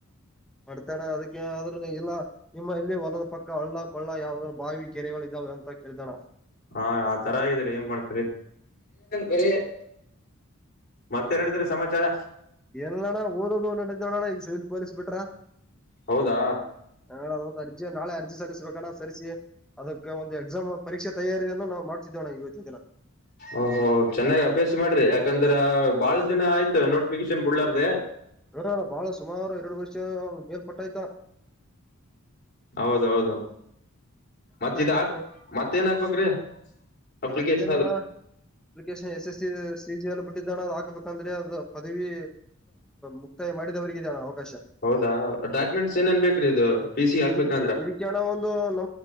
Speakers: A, in the centre; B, on the left.
A: ಮಾಡಡ್ತಣ ಅದಕ್ಕೆ ಆದ್ರ ಇಲ್ಲ ನಿಮ್ಮ ಇಲ್ಲಿ ಹೊಲದ ಪಕ್ಕ ಹಳ್ಳ ಕೊಳ್ಳ ಯಾವ್ದಾದ್ರು ಬಾವಿ ಕೆರೆಗಳು ಇದಾವ ಅಂತ ಕೇಳಿದಾನ
B: ಹಾ ಆ ತರ ಇದರಿ ಏನ್ ಮಾಡ್ತರಿ ಬರಿ ಮತ್ತೆರಡಿದ್ರ ಸಮಾಚಾರ
A: ಎಲ್ಲಣ ಓದೋದು ನಡೀ ನೋಡಣ ಈಗ ಸಿವಿಲ್ ಪೊಲೀಸ್ ಬಿಟ್ರ
B: ಹೌದಾ
A: ನ ಅದಂದು ಅರ್ಜಿ ನಾಳೆ ಅರ್ಜಿ ಸಲ್ಲಿಸಬೇಕಣ ಸರಿಸಿ ಅದಕ್ಕೆ ಒಂದು ಎಕ್ಸಾಮ್ ಪರೀಕ್ಷೆ ತಯಾರಿಯನ್ನು ನಾವು ಮಾಡ್ ೋಣ ಇವತ್ತಿನ ದಿನ
B: ಓಹೋ ಚೆನ್ನಾಗ್ ಅಭ್ಯಾಸ ಮಾಡ್ರಿ ಯಾಕಂದ್ರ ಬಾಳ ಜನ ಆಯ್ತು ನೋಟಿಫಿಕೇಶನ್ ಬಿಡ್ಲಾರ್ದ
A: ಹಣ ಬಾಳ ಸುಮಾರು ಎರಡು ವರ್ಷ ಮೇಲ್ಪಟ್ಟ ಆ್ತ
B: ಹೌದೌದು ಮತ್ತ ಇದ
A: ಯಾಕ
B: ಮತ್ತೇನ್ ಹಾಕ್ಬೇಕ್ರೀ ಅಪ್ಲಿಕೇಶನ್
A: ಮತ್ತೇನಣ್ಣ ಅಪ್ಲಿಕೇಶನ್ ಎಸ್ ಎಸ್ ಸಿ ಜಿಯಲ್ಲಿ ಬಿಟ್ಟಿದ್ದಾನ ಅ ಹಾಕ್ಬೇಕು ಅಂದ್ರೆ ಅದು ಪದವಿ ಮುಕ್ತಾಯ ಮಾಡಿದವರಿಗೆ ಜನ ಅವಾಶ
B: ಹೌದಾ ಡಾಕ್ಯುಮೆಂಟ್ಸ್ ಏನೇನ್ ಬೇಕ್ರಿ ಇದು ಪಿ ಸಿ ಹಾಕ್ಬೇಕಂದ್ರ
A: ಇದಕ್ಕೆ ಇದಕ್ಕೆ ಒಂದು ನ